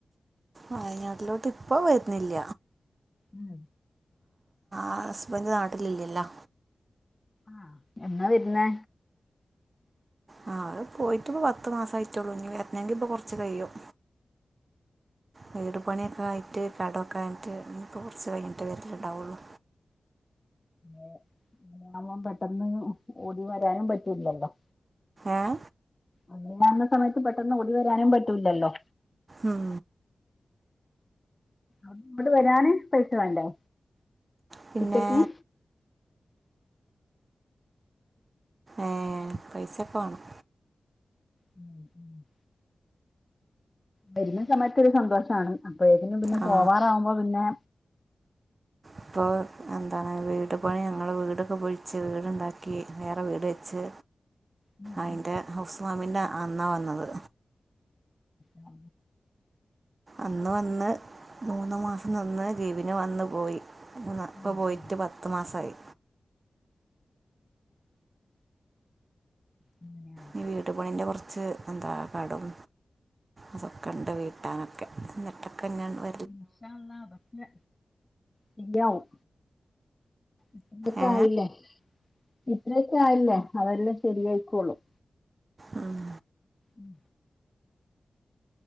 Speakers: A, on the right; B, on the left.
A: വയനാട്ടിലോട്ട് ഇപ്പോ വരുന്നില്ല
B: ഉം
A: ആ ഹസ്ബൻഡ് നാട്ടിലല്ലല്ലോ
B: ആഹ എന്നാ വരുന്ന
A: ആ അത് പോയിട്ട് ഇപ്പോ പത്ത് മാസം ആയിട്ടുള്ളൂ ഇ എനെങ്കി ഇപ്പ കുറച്ച് കഴിയും വീട് പണിയൊക്കെ ആയിട്ട് കട കഴിഞ്ഞിട്ട്പ്പോൾ കുറച്ച് കഴിഞ്ഞിട്ട് വരിലുണ്ടാവുള്ളൂ
B: അെ അങ്ങന്പം പെട്ടെന്ന് ഓടി വരാനും പറ്റില്ലല്ലോ
A: ആഏ
B: അങ്ങനാവുന്ന സമയത്ത് പെട്ടെന്ന് ഓടി വരാനും പറ്റൂല്ലല്ലോ
A: ഉം
B: അട്ന്ന്ങ്ങട്ട് വരാന് പൈസ വേണ്ടേ
A: പിന്നെ
B: ടിക്കറ്റിന്
A: ഏ പൈസൊക്കെ വേണം
B: ഉം വരുന്ന സമയത്ത് ഒരു സന്തോഷിണ് അപ്പോഴേക്കും പിന്നെ
A: ആ
B: പോവാറാവുമ്പോ പിന്നെ
A: ഇപ്പോൾ എന്താണ് വീട് പണി ഞങ്ങൾ വീടൊക്കെ പൊള്ച്ച് വീടുണ്ടാക്കി വേറെ വീട് വെച്ച്
B: ഉം
A: അയിന്റെ ഹൗസ് വാമിന്റെ അന്നാ വന്നത്
B: ആ
A: അന്ന് വന്ന് മൂന്നു മാസം നിന്ന് ലീവിന് വന്ന് പോയി ഇപ്പ
B: ആഹ്
A: പോയിട്ട്
B: ആഹ്
A: പത്ത് മാസായി
B: അങ്ങനെയാണ്
A: ഇനി വീട് പണിന്റെ കൊറച്ച് എന്താ കടും അതൊക്കെണ്ട് വീട്ടാനൊക്കെ ന്ന്ട്ടൊക്കെ ഞ വ
B: ഇഷാഅള്ളാ ബക്കെ ശരിയാവും ഇത്രൊക്കെ
A: ഏ
B: ആയില്ലേ ഇത്രയൊക്കെ ആയില്ലേ അതെല്ലാം ശരിയായിക്കോളും
A: ഉം.
B: ഉം